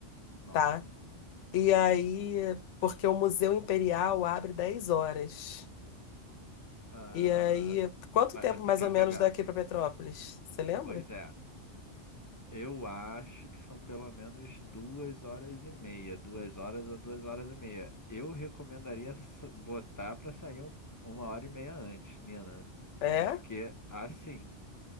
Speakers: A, on the left; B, on the left.
A: nove.
B: tá? E aí, porque o Museu Imperial abre 10 horas.
A: Ah,
B: E aí, quanto
A: mas
B: tempo
A: você
B: mais
A: quer
B: ou menos
A: pegar.
B: daqui para Petrópolis? Você lembra?
A: Pois é. Eu acho que são pelo menos duas horas e meia, duas horas a duas horas e meia. Eu recomendaria sa- botar pra sair um- uma hora e meia antes, Nina,
B: É?
A: porque assim